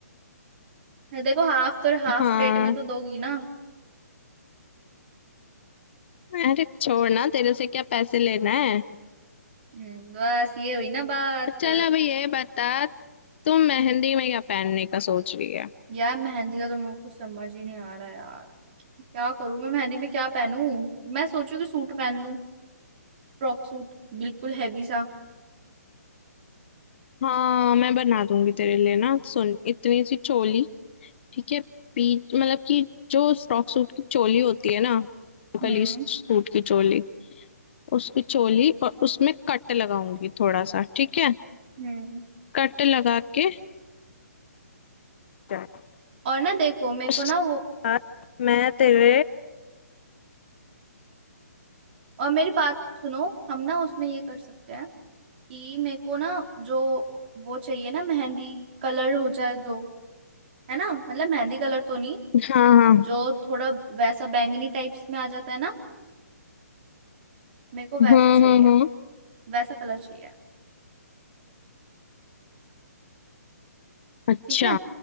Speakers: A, on the right (about 40°); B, on the left (about 45°).
A: देखो हाफ तो हाफ
B: हाँ
A: रेट में तो दोगी ना
B: अरे छोड़ना तेरे से क्या पैसे लेना है
A: हम्म, बस ये हुई ना बात
B: चल अब ये बता तुम मेहंदी में क्या पहनने का सोच रही है
A: यार मेहंदी का तो मेरे को कुछ समझ ही नहीं आ रहा यार क्या करूँ मैं मेहंदी में क्या पहनूं मैं सोचू कि सूट पहन लूं फ्रॉक सूट बिल्कुल हैवी सा
B: हाँ मैं बना दूंगी तेरे लिए ना सुन इतनी सी चोली ठीक है पीच मतलब कि जो फ्रॉक सूट की चोली होती है ना
A: हम्म
B: कली सूट की चोली उसकी चोली और उसमें कट लगाऊंगी थोड़ा सा ठीक है
A: हम्म
B: कट लगा के चल।
A: और ना देखो मेरे
B: उसके
A: को ना वो
B: बाद मैं तेरे
A: और मेरी बात सुनो हम ना उसमें ये कर सकते हैं कि मेरे को ना जो वो चाहिए ना मेहंदी कलर हो जाए जो है ना मतलब मेहंदी कलर तो नहीं
B: हाँ हाँ
A: जो थोड़ा वैसा बैंगनी टाइप्स में आ जाता है ना मेरे को वैसा
B: हम्म
A: चाहिए
B: हम्म हम्म
A: वैसा कलर चाहिए
B: अच्छा
A: ठीक है